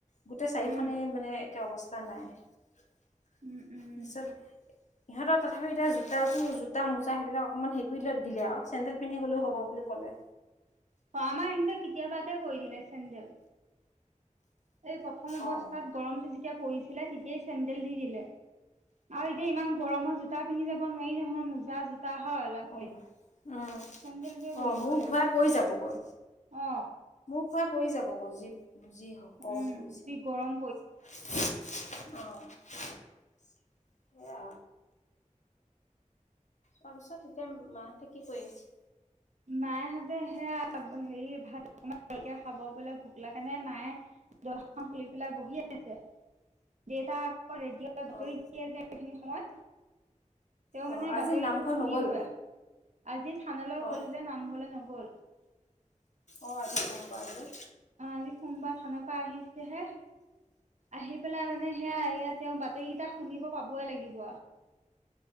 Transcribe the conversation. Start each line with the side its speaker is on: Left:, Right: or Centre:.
Left: গোটেই চাৰিখনে
Right: উম,
Left: মানে একে অৱস্থা তিত,
Right: উম, উম,
Left: ইহঁতৰ তথাপি এতিয়া জ তাৰো জোতা, মোজা সেইবিলাক অকমান হেক দিলে আৰু চেণ্ডেল পিন্ধি গলেও হ'ব বুলি ক'লে।
Right: অ, আমাৰ ইহঁতক কেতিয়াবাতে কৈ দিলে চেডেল। এই প্ৰথম অৱস্থাত
Left: অঁ
Right: গৰমটো যেতিয়া পৰিছিলে, তেতিয়াই চেডেল দি দিলে। আৰু এতিয়া ইমান গৰমৰ জোতা পিন্ধি যাব নোৱাৰি নহয়, মোজা, জোতা হয় ল'ৰা ছোৱালী
Left: অ উম আহ
Right: চেন্দেলযোৰে কৰি দিব
Left: মোৰ
Right: লাগে
Left: ঘূৰাই পৰি যাবগৈ
Right: অ
Left: ঘোৰাই পৰি যাবগৈ যি যি কম
Right: উম
Left: পৰিছে
Right: যি গৰম
Left: আহ সয়া তাৰপিছত তেতিয়া মাহঁতে কি কৰি আছে
Right: মায়েহঁতে সেয়া হেৰি ভাত কে খাব বোলে ভোক লগা নাই মায়ে ৰ্দজাখন খুলি পেলাই বহি আছে দেটা আকৌ ৰেডিঅ' বাতৰি
Left: অঁ
Right: দিয়ে যে এইখিনি সময়ত তেওঁ মানে
Left: অঁ আজি
Right: বাতৰিটো
Left: নামঘৰ
Right: শুনিবয়ে
Left: নগ'ল
Right: আজি থানালৈ
Left: অঁ
Right: গ'ল মংঘল নগল
Left: অ আজি সোমবাৰযে
Right: অ আজি সোমবাৰ থানৰ পৰা আহিছেহে আহি পেলাই মানে সেয়া এই তেওঁ বাতৰিকেইটা শুনিব পাবই লাগিব